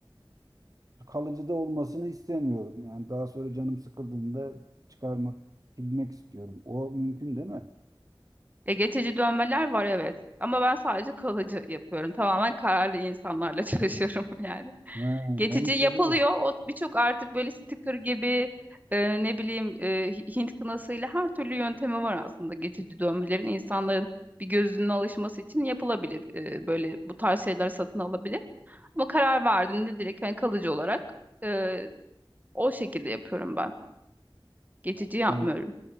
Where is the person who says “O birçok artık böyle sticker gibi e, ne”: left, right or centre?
Right